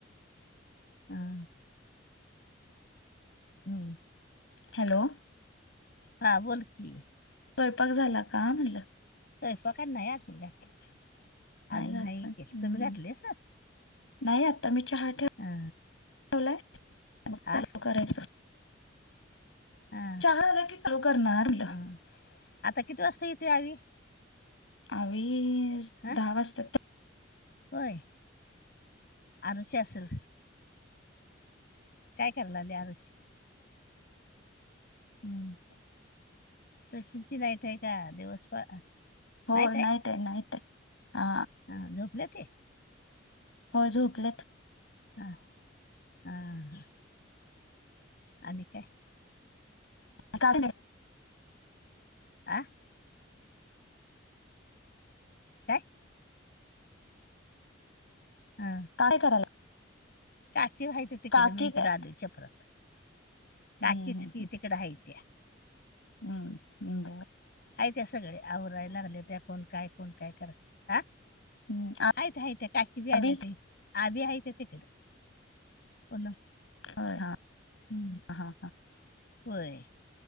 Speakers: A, on the left; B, on the left.
A: हां. हम्म.
B: हॅलो.
A: हा बोल की.
B: स्वयंपाक झाला का म्हणटलं
A: स्वयंपाक नाही अजून घातलं अजून
B: घातला.
A: नाही
B: हम्म
A: केलं तुम्ही घातलेस
B: नाही आता मी चहा ठ
A: हा
B: ठेवलाय. मग
A: हा
B: चालू करायचा.
A: हा
B: चहा झाला की चालू करणार म्हणलं.
A: हा आता किती वाजता येते आवि?
B: आवी
A: हा
B: दहा वाजता
A: होय आरुष्य असेल काय करायला आले आरुष्य हम्म सचिनची नाक ते का दिवस प
B: हो
A: नाहीहत आहे
B: नाईट नाईट आहे. हा
A: ह झोपले ते
B: हो झोपलेत
A: हा हा ह आणि काय
B: का
A: आं काय हा
B: काय करा
A: काकी वयती तिकडे
B: काकी
A: मी इकडे
B: काय
A: आलो चपरात
B: हम्म
A: काकीच की तिकड हयती
B: हम्म निंग
A: ह त्या सगळे आवरायला लागले त्या कोण काय कोण काय करा हा
B: हं,
A: आहेतित आहेतित आहे काकी बी आल्या
B: अभि
A: ते आ बी आहेत ते कण
B: होय हा
A: हम्म
B: हा हा.
A: होय